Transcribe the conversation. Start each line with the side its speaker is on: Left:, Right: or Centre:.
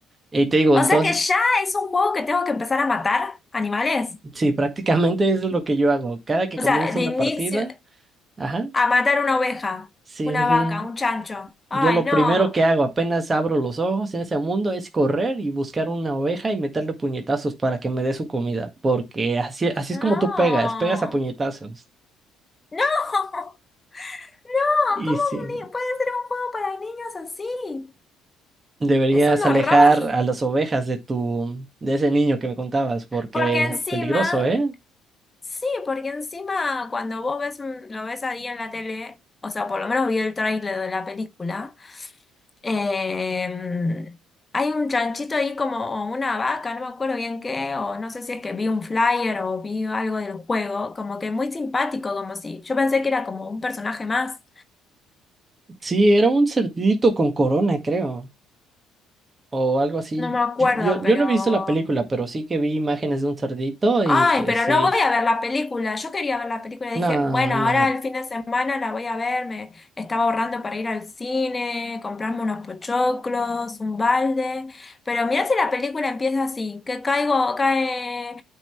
Right: Y te digo,
Left: O
Right: entonces,
Left: sea que ya es un juego que tengo que empezar a matar animales.
Right: sí, prácticamente eso es lo que yo hago. Cada que
Left: O
Right: comienza
Left: sea, de
Right: una
Left: inicio.
Right: partida, ajá,
Left: A matar una oveja,
Right: sí,
Left: una
Right: sí, sí.
Left: vaca, un chancho. Ay,
Right: Yo lo
Left: no.
Right: primero que hago apenas abro los ojos en ese mundo es correr y buscar una oveja y meterle puñetazos para que me dé su comida, porque así, así
Left: No.
Right: es como tú pegas, pegas a puñetazos.
Left: No. <laughs> No, ¿cómo
Right: Y sí,
Left: un ni- puede ser un juego para niños así?
Right: Deberías
Left: Es un
Right: alejar
Left: horror.
Right: a las ovejas de tu, de ese niño que me contabas, porque
Left: Porque encima,
Right: peligroso, ¿eh?
Left: sí, porque encima cuando vos ves un- lo ves ahí en la tele, o sea, por lo menos vi el tráiler de la película, Eh, hay un chanchito ahí como una vaca, no me acuerdo bien qué, o no sé si es que vi un flyer o vi algo del juego, como que muy simpático, como si yo pensé que era como un personaje más,
Right: Sí, era un cerdito con corona, creo, o algo así.
Left: no me acuerdo,
Right: Yo,
Left: pero
Right: yo no he visto la película, pero sí que vi imágenes de un cerdito y
Left: Ay,
Right: pues
Left: pero
Right: sí.
Left: no voy a ver la película. Yo quería ver la película.
Right: No,
Left: Dije, bueno,
Right: no.
Left: ahora el fin de semana la voy a ver. Me estaba ahorrando para ir al cine, comprarme unos pochoclos, un balde. Pero mirá si la película empieza así, que caigo, cae